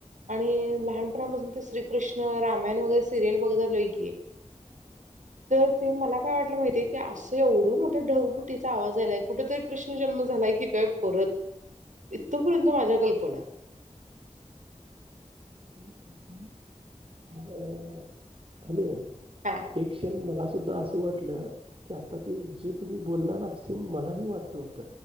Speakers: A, on the right; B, on the right.
A: आणि लहानपणापासून श्रीकृष्ण रामायण वगैरे सिरियल बघत आलोय की तर ते मला काय वाटलं माहित अस एवढं मोठा ढगबुटीचा आवाज आलाय कुठेतरी कृष्ण जन्म झालाय की काय परत इथ पर्यंत माझ्या कल्पना <unintelligible>
B: हं हं - हं हं हॅलो - हॅलो
A: हा
B: एक क्षण मला- सुद्धा असं वाटलं, की आता ते जे तुम्ही बोलला ना सेम मलाही वाटलं होतं.